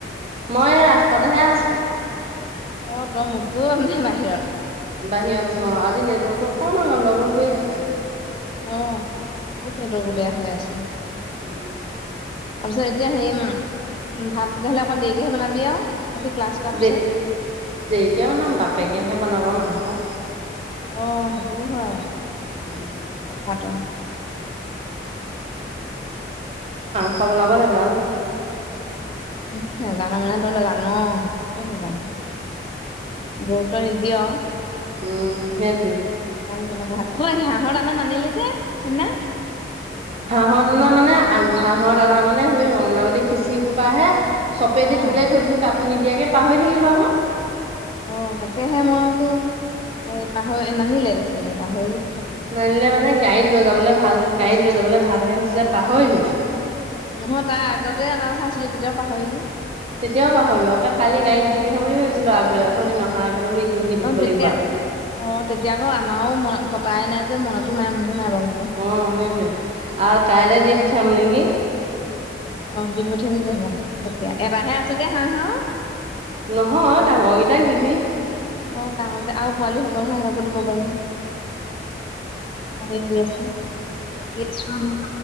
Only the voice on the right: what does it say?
মই ৰাস্তাতহে আছোঁ।
বাহিৰত আছোঁ অ', আজি নেটৱৰ্কতটো অকণমান গন্দগোল কৰি আছে।
উম।
দে দেৰিকে বনাম, বাপেকেহে বনাব মাংস।
উম
খ বনাব নাযাম।
উম, সেইটোৱে।
হাঁহৰ দানা মানে হাঁহৰ দানা মানে সৈ অংগনাবাদী খিচি সোপা হে। চপেদি
দি তোলেই থৈ দিছো কাকো নিদিয়াকে পাহৰি থাকিলো আক।
নানিলে মানে গাড়ীত লৈ যাবলৈ ভাল গাড়ীত লৈ যাবলৈ ভাল হে হৈছিলে পাহৰিলো।
তেতিয়াও পাহৰিলোঁ আক কালি গড়িত দি পঠাম বুলি ভাবিছিলোঁ আগবেল তথহ নহা আগতে বোলোঁ এইখিনি দি পঠাব
লাগিব আজি।
অ', সেইটোৱে আৰু কাইলৈ দি পঠিয়াম নেকি?
উম।
নহয় ডাঙৰকেইটাক দিবি।